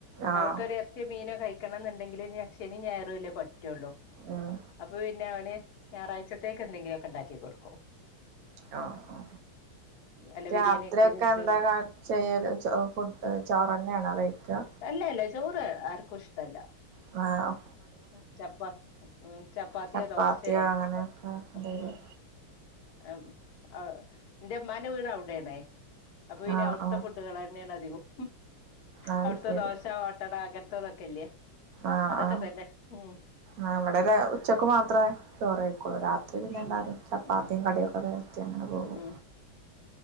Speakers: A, on the right; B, on the left.
A: ആഹ്
B: അവർക്കൊരു ഇറച്ചി മീനോ കഴിക്കണം എന്നുണ്ടെങ്കില് ശനി ഞായറല്ലേ പ പറ്റുള്ളൂ
A: ഉം
B: അപ്പൊ പിന്നെ അവന് ഞായറാഴ്ചത്തേക്ക് എന്തെങ്കിലുമ ഒക്കെ ഉണ്ടാക്കി കൊടുക്കോ
A: ആ ആ
B: അല്ല
A: രാത്രിയൊക്കെ
B: ബിരിയാണി ഒക്കെ നെയ്ച്ചോറ്
A: എന്താ ചെയ്യല് ഫുഡ് ചോറന ആണോ കഴിക്കുക
B: അല്ലല്ല ചോറ് ആർക്കും ഇഷ്ടല്ല
A: ആ
B: ഉ ചപ്പാ ഉ ചപ്പാത്തിയൊ
A: ചപ്പാത്തിയോ
B: ദോശെ
A: അങ്ങനെയൊക്കെ എന്തേലും
B: ഹ് ആ അ <unintelligible> എന്റെ അമ്മാന്റെ വീട് അവിടെണേ അപ്പൊ ഇനി
A: ആഹ്
B: അവിടുത്തെ
A: ആഹ്
B: ഫുഡുകൾ തന്നെയാണ് അധികം
A: അത്
B: അവിടുത്തെ
A: ശരി
B: ദോശ ഓട്ടട അങ്ങനത്തെതൊക്കെല്ലേ
A: ആഹ്
B: അതൊക്കെ
A: ആഹ്
B: തന്നെ ഉം
A: ആ അവിടെ ര ഉച്ചക്ക് മാത്രേ ചോറ് കഴിക്കുള്ളു ഇത്‌ പിന്നെ എല്ലാരും
B: ഉം
A: ചപ്പാത്തിയും
B: ഉം
A: കടിയൊക്കെ കഴിച്ച് അങ്ങനെ പോകും
B: ഉം